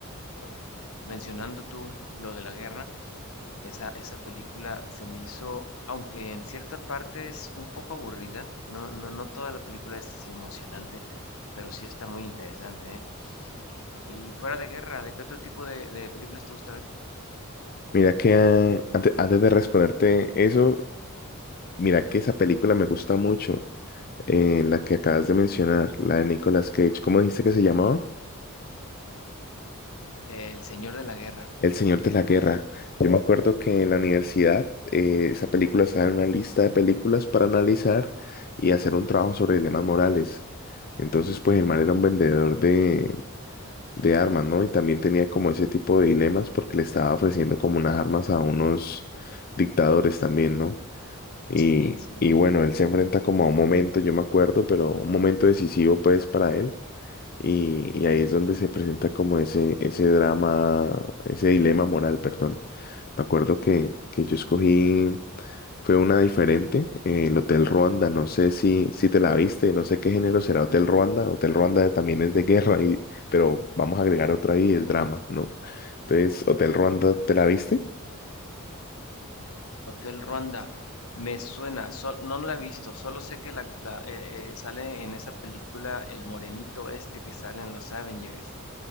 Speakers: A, on the left (about 70°); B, on the left (about 45°).
A: au- mencionando tú lo de la guerra, esa, esa película se me hizo, aunque en cierta parte es un poco aburrida, no, no, no toda la película es así emocionante, pero sí está muy interesante, ¿eh? Y fuera de guerra, ¿de qué otro tipo de, de películas te gusta ver?
B: Mira que eh, ante- antes, de responderte eso, mira que esa película me gusta mucho. eh, la que acabas de mencionar, la de Nicolas Cage, ¿cómo dijiste que se llamaba?
A: El Señor de la Guerra.
B: El Señor de la Guerra. Yo me acuerdo que en la universidad eh, esa película estaba en una lista de películas para analizar y hacer un trabajo sobre dilemas morales. Entonces, pues el man era un vendedor de, de armas, ¿no? Y también tenía como ese tipo de dilemas porque le estaba ofreciendo como unas armas a unos dictadores también, ¿no? Y,
A: Sí, sí.
B: y bueno, él se enfrenta como a un momento, yo me acuerdo, pero un momento decisivo pues para él Y, y ahí es donde se presenta como ese, ese drama, ese dilema moral, perdón. Me acuerdo que, que yo escogí, fue una diferente, eh, el Hotel Ruanda, no sé si, si te la viste, no sé qué género será Hotel Ruanda, Hotel Ruanda también es de guerra, y, pero vamos a agregar otra ahí, es drama, ¿no? Entonces, Hotel Ruanda, ¿te la viste?
A: Hotel Ruanda. Me suena, sol- no la he visto, solo sé que la, la- eh, eh, sale en esa película el morenito este que sale en los Avengers.